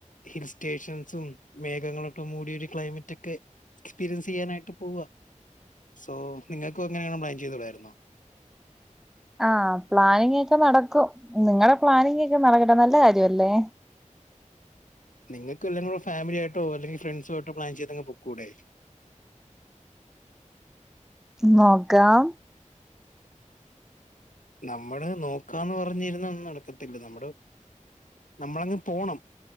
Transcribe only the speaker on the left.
ഹിൽ സ്റ്റേഷൻസും മേഘങ്ങളൊക്കെ മൂടിയൊര് ക്ലൈമറ്റ് ഒക്കെ എക്സ്പീരിയൻസ് ചെയ്യാനായിട്ട് പോവാ. സോ നിങ്ങക്കും ഇങ്ങനെയാണം പ്ലാൻ ചെയ്തുടാരുന്നോ?
നിങ്ങക്ക് എല്ലാരുടെ ഫാമിലി ആയിട്ടോ അല്ലെങ്കി ഫ്രണ്ട്സും ആയിട്ടോ പ്ലാൻ ചെയ്ത് അങ്ങ് പൊക്കൂടെ?
നമ്മള് നോക്കാന്ന് പറഞ്ഞിരുന്നാ ഒന്നും നടക്കത്തില്ലാ നമ്മടെ നമ്മള് അങ്ങ് പോണം